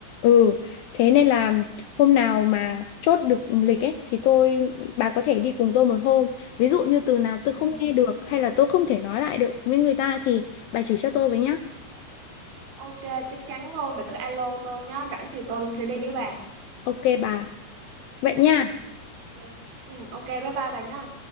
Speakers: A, on the left; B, on the right.
A: ừ thế nên là hôm nào mà chốt được lịch ấy thì tôi bà có thể đi cùng tôi một hôm. Ví dụ như từ nào tôi
B: Ừ.
A: không nghe được hay là tôi không thể nói lại được với người ta thì bà chỉ cho tôi với nhá.
B: Ok, chắc chắn luôn, bà cứ alo tôi nhá, rảnh thì tôi sẽ đi với bà.
A: Ok bà. Vậy nha.
B: Ừ. Ok. Ừ, ok, bye bye bà nhá.